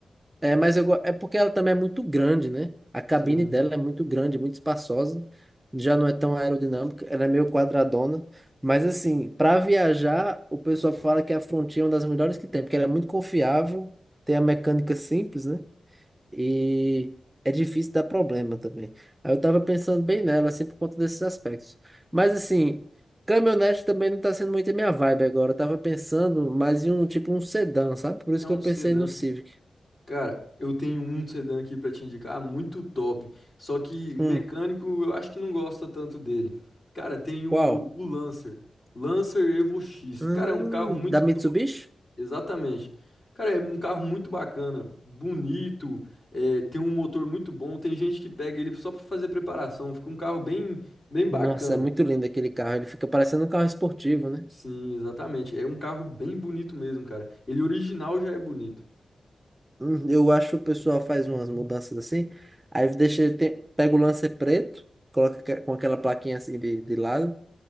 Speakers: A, on the right; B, on the left.
A: É, mas eu, go- é porque ela também é muito grande, né? A cabine
B: Sim.
A: dela é muito grande, muito espaçosa. Já não é tão aerodinâmica, ela é meio quadradona. Mas assim, para viajar, o pessoal fala que a Frontier é uma das melhores que tem, porque ela é muito confiável, tem a mecânica simples, né? E é difícil dar problema também. Aí eu tava pensando bem nela, assim, por conta desses aspectos. Mas assim, caminhonete também não tá sendo muito a minha vibe agora. Eu tava pensando mais em um tipo um sedã, sabe? Por isso
B: É um
A: que eu
B: sedã.
A: pensei no Civic.
B: Cara, eu tenho um sedã aqui pra te indicar, muito top. Só que mecânico
A: Hum.
B: eu acho que não gosta tanto dele. Cara, tem o,
A: Qual?
B: o Lancer. Lancer Evo X.
A: Hum,
B: Cara, é um carro muito
A: da Mitsubishi?
B: top. Exatamente. Cara, é um carro muito bacana, bonito, é, tem um motor muito bom. Tem gente que pega ele só pra fazer preparação. Fica um carro bem, bem bacana.
A: Nossa, é muito lindo aquele carro. Ele fica parecendo um carro esportivo, né?
B: Sim, exatamente. É um carro bem bonito mesmo, cara. Ele original já é bonito.
A: Hum, eu acho que o pessoal faz umas mudanças assim. Aí deixa, tem, pega o Lancer preto, coloca que- com aquela plaquinha assim de, de lado